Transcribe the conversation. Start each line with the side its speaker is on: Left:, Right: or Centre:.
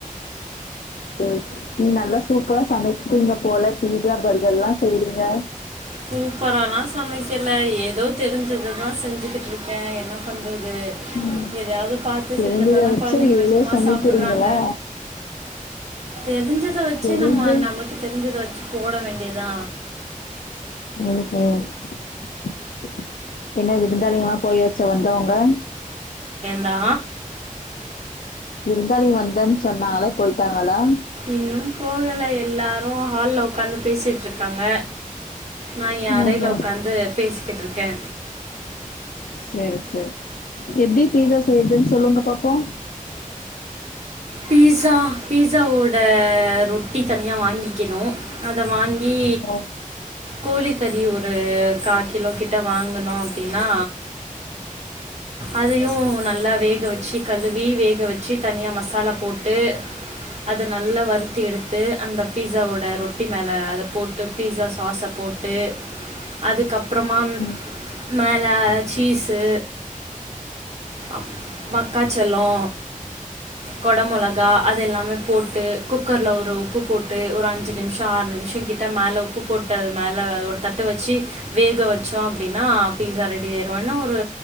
Left: <unintelligible> நீ நல்லா சூப்பரா சமைப்பீங்க போல பீஸா பர்கர்ல்லா செய்றீங்க
Right: சூப்பரல்லா சமைக்கல ஏதோ தெரிஞ்சததான் செஞ்சுக்கிட்டு இருக்கே என்ன பண் றது
Left: ம்
Right: எதையாவது பாத்து
Left: தெரிஞ்சத
Right: செஞ்சா தான
Left: வச்சு
Right: கொழந்தைங்க
Left: இவ்ளோ
Right: விருப்பமா
Left: சமைக்கிறீங்களா
Right: சாப்புட்றாங்க தெருஞ்ச <unintelligible> வச்சு
Left: தெரிஞ்சு
Right: நம்ம நமக்கு தெருஞ்சத வச்சு போட வேண்டிதா
Left: ஓ ஹோ ச் என்ன விருந்தாளிகலா போயாச்சா வந்தவங்க
Right: தா
Left: விருந்தாளிக வந்தன்னு சொன்னாகளா போய்ட்டாகளா
Right: இன்னும் போகல எல்லாரு ஹால்ல உக்காந்து பேசிட் இருக் காங்க நான் எ அரைல
Left: ஓஹோ
Right: உக்காந்து பேசிகிட் இருக்கே
Left: சரி சர் எப்டி பீஸா செய்றதுன்னு சொல்லுங்க பாப் போ
Right: பீஸா பீஸாவோட ரொட்டி தனியா வாங்கி வக்கனும் அத வாங்கி
Left: ஓ
Right: கோழி கறி ஒரு ஒரு கா கிலோ கிட்ட வாங்குணோ அப்டின்னா அதயு நல்லா வேக வச்சு கழுவி வேக வச்சு தனியா மசாலா போட்டு அத நல்லா வறுத்து எடுத்து அந்த பீஸாவோட ரொட்டி மேல அத போட்டு பீஸா சாஸ போட்டு அது கப்றமா
Left: ம்
Right: மேல சீஸ் து அப் மக்காச்சோளோ கொட மொளகா அது எல்லாமே போட்டு குக்கர்ல ஒரு உப்பு போட்டு ஒரு அஞ்சு நிமிஷோ ஆறு நிமிஷோ கிட்ட மேல உப்பு போட்ட மேல அதோட தட்டு வச்சு வேக வச்சோ அப்டின்னா பீஸா ரெடி ஆயிரு என்னா ஒரு